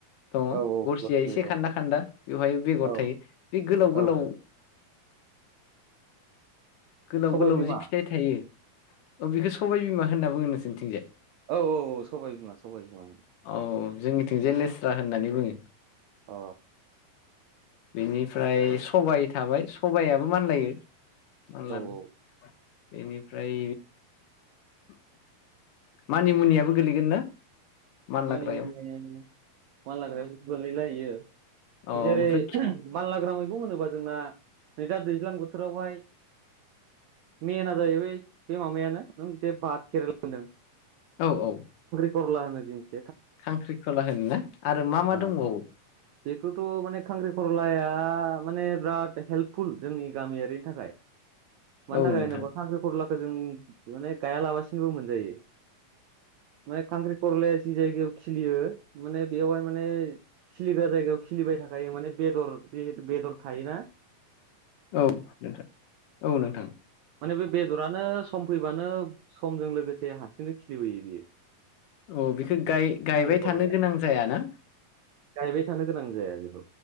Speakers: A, on the left; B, on the right.
A: दङ
B: औ औ
A: गरसिया
B: गरसे
A: एसे
B: औ
A: खान्दा खान्दा बेवहाय बेगर
B: औ
A: थायो बे गोलाव
B: औ
A: गोलाव गोलाव
B: सबाय
A: गोलाव
B: बिमा
A: जि फिथाइ थायो अ बेखौ सबाइ बिमा होनना बुङो नोंसोरनिथिंजाय?
B: औ औ सबाइ बिमा सबाय बिमा ओं।
A: औ जोंनिथिंजाय लेस्रा होननानै बुङो।
B: अ
A: बेनिफ्राय सबाइ थाबाय सबायाबो मानलायो मानलानो
B: औ
A: बेनिफ्राय <inaudible> मानि मुनियाबो गोलैगोन ना? मानलाग्रायाव
B: मानि मुनि मानलाग्रायाव गोलैला इयो।
A: औ
B: जेरै
A: ओमफ्राय खिफि
B: मानलाग्रा मैगं होनोबा जोंना नैदा दैज्लां बोथोरावहाय मेेनआ जाहैबाय बे माबायानो नों जे‌ भाद खेरेला होनदों।
A: औ औ।
B: खर'ला होनो जोंनि
A: खांख्रिखला होनोना आरो मा मा
B: औ
A: दंबावो?
B: बेखौथ' माने खांख्रिखरलाया माने बिराद हेल्पफुल जोंनि गामियारिनि थाखाय मानो
A: औ
B: थाखाय
A: नोंथां
B: होनोबा खांख्रिखरला खो जों माने गायालाबासिनोबो मोनजायो माने खांख्रिखरले जि जायगायाव खिलियो माने बेवहाय माने खिलिग्रा जायगायाव खिलिबाय थाखायो माने बेदर जिहेतु बेदर थायो ना?
A: औ नोंथां औ नोंथां।
B: माने बे बेदरानो सम फैबानो समजों लोगोसे हारसिंनो खिलिबोयो बियो।
A: औ बिखो गाय गायबाय
B: खांख्रिखरलाया
A: थानो गोनां जायाना?
B: गायबाय थानो गोनां जाया बेखौ